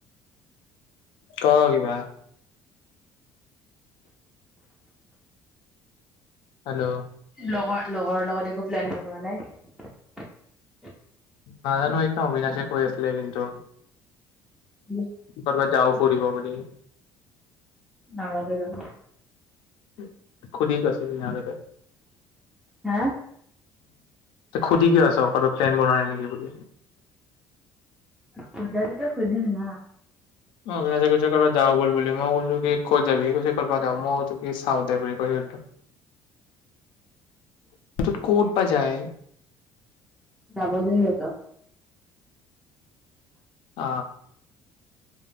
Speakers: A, on the left; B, in the centre.
A: ক কিবা হেল্ল'
B: লগৰ লগৰৰ লগত একো প্লান বনোৱা নাই
A: নাজানো এইটা অবিনাশে কৰি আছিলে কিন্তু
B: উম
A: কৰ'বাত যাও ফুৰিব বুলি
B: নালগে যাব
A: উম সুধি কিয় আছ তেনে হলে তই
B: হা
A: সুধি কিয় আছ অ প্লেন বনাই নেকি বুলি
B: সুধাটোত সুধিম ন
A: মই অবিনাশে যা বল বুলি মই কৈছো কি ক'ত যাবি কৈছ ক'ৰ পৰা যাওঁ মই কৈছো কি চাওঁ দে বুলি কৈছোটো গত ক'ত বা যায়
B: যাবলৈ সিহঁতক
A: অ